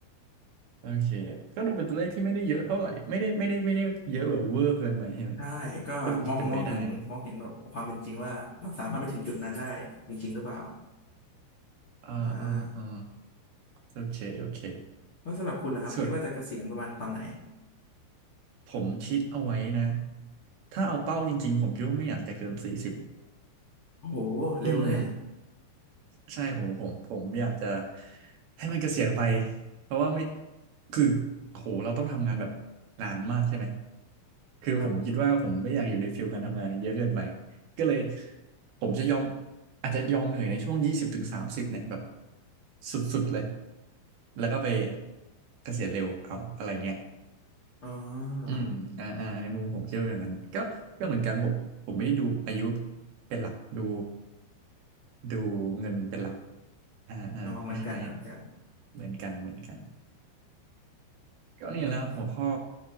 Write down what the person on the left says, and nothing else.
ใช่ก็มองถึงมองถึงมองเห็นแบบความเป็นจริงว่าเราสามารถไปถึงจุดนั้นได้จริงๆหรือเปล่า
อ่า
แล้วสำหรับคุณล่ะครับคิดว่าจะเกษียณประมาณตอนไหน
โอ้โหเร็วเนี่ย
ครับ
อ๋
อ
อ๋อเหมือนกันเหมือนกัน
อืม